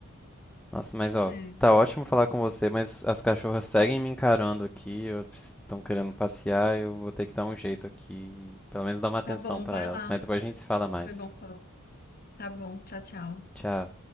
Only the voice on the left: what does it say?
É.
Tá bom,
vai
lá.
Foi bom falar. Tá bom, tchau, tchau.